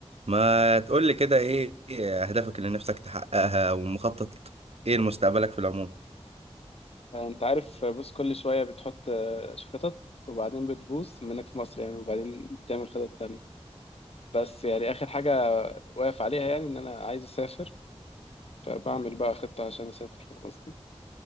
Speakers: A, on the right; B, on the left.
A: ما تقول لي كده ايه اهدافك اللي نفسك تحققها ومخطط ايه لمستقبلك في العموم
B: انت عارف بص كل شويه بتحط آه، خطط وبعدين بتبوظ منك في مصر يعني وبعدين تعمل خطط تانية بس يعني اخر حاجه واقف عليها يعني ان انا عايز اسافر فبعمل بقى خطه عشان اسافر فاهم قصدي